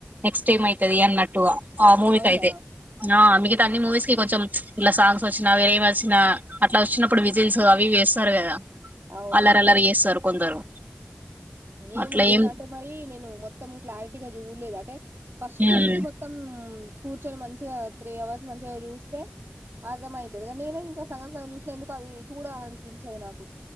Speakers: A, on the right; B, on the right.
A: నెక్స్ట్ ఎం అయితది అన్నట్టుగా అ మూవీకైతే
B: అవునా
A: నా మిగ ఇట్ట అన్ని మూవీస్ కి కొంచెం ఇలా సాంగ్స్ వచ్చినా ఏమి వచ్చినా అట్లా వచ్చినప్పుడు విజిల్స్ అవి వేస్ ఉంటారు కదా
B: అవును
A: అల్లరల్లరి చేస్తారు కొందరు
B: ఏమో
A: అట్లా
B: నేను
A: ఏం
B: అంటే మరి నేను మొత్తం క్లారిటీగా చూడలేదు అంటే ఫస్ట్
A: ఉమ్
B: నుంచి మొత్తం కూర్చొని మంచిగా త్రీ అవర్స్ మంచిగా చూస్తే అర్థం అయితది కానీ నేను ఇంకా సగం సగం చూసిన ఎందుకు అది చూడాలనిపించదు నాకు